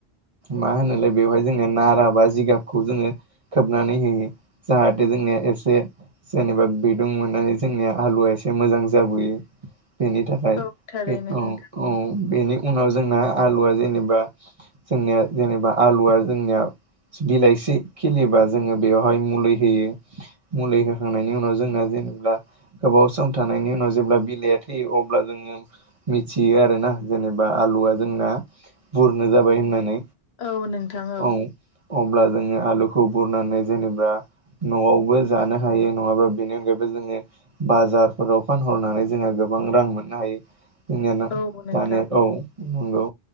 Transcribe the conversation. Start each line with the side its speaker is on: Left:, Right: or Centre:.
Right: मा होनोलाय बेवहाय जोङो नारा बा जिगाबखौ जोङो खोबनानै होयो जाहाथे जोंनिया एसे जेनेबा बिदुं मोननानै जोंनिया हालुवा एसे मोजां जाबोयो बेनि थाखाय
Left: औ थारैनो
Right: औ
Left: नोंथां
Right: औ बेनि उनाव जोंना आलुआ जेनेबा जोंनिया जेनेबा आलुआ जोंनिया बिलाइसि खिलियोबा जोङो बेवहाय मुलि होयो मुलि होखांनायनि उनाव जोंना जेनेबा गोबाव सम थानायनि उनाव जेब्ला बिलाइया थैयो अब्ला जोङो मिथियो आरोना जेनेबा आलुआ जोंना बुरनो जाबाय होन नानै
Left: औ नोंथां
Right: औ अब्ला जोङो आलुखौ बुरनानै जेनेबा न'आवबो जानो हायो नङाबा बेनि अनगायैबो जोङो बाजारफोराव फानहरनानै जोङो गोबां रां मोननो हायो जोंनियानो
Left: औ नोंथां
Right: दानि औ नंगौ